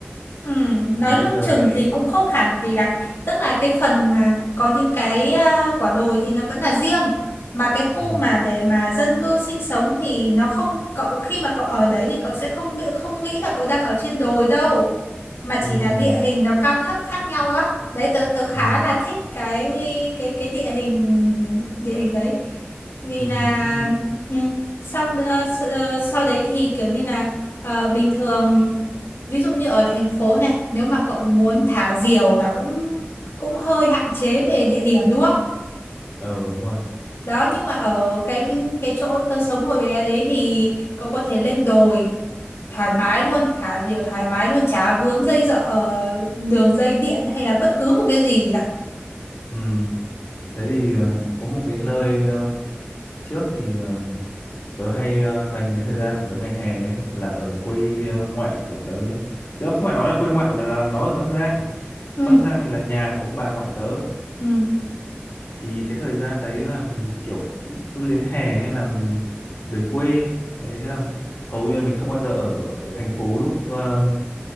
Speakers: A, on the left; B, on the left.
A: Ừ, nói
B: Mà bây
A: lưng
B: giờ
A: chừng
B: sẽ
A: thì cũng không hẳn vì là tức là cái phần mà có những cái à, quả đồi thì nó vẫn là riêng mà cái khu
B: ừ
A: mà để mà dân cư sinh sống thì nó không cậu khi mà cậu ở đấy thì cậu sẽ không bị không nghĩ là cậu đang ở trên đồi đâu mà
B: ừ
A: chỉ là
B: ừ
A: địa hình nó cao thấp khác nhau á đấy tớ tớ khá
B: ừ
A: là thích cái cái cái địa hình địa hình đấy vì
B: ừ
A: là
B: hứ.
A: ừ, xong ờ, s- ờ, sau đấy thì kiểu như là ờ, bình thường Ví dụ như ở thành phố này, nếu mà cậu muốn thả diều là cũng cũng hơi hạn chế về địa điểm đúng không?
B: ờ đúng rồi.
A: Đó, nhưng mà ở cái cái, cái chỗ tớ sống hồi bé đấy thì cậu có thể lên đồi thoải mái luôn, thả diều thoải mái luôn, chả vướng dây dợ đường dây điện hay là bất cứ một cái gì cả.
B: Ừ. Thế thì ờ, có một cái nơi ờ, trước thì ờ, tớ hay ờ, dành cái thời gian của tớ ngày hè ấy, là ở quê ờ, ngoại của tớ. Thế không phải nói là quê ngoại mà là nó ở Bắc Giang.
A: Ừ,
B: Bắc Giang thì là nhà của ông bà ngoại tớ
A: ừ,
B: thì cái thời gian đấy là kiểu cũng cứ đến hè hay là về quê đấy hay là hầu như là mình không bao giờ ở ở thành phố lúc ờ,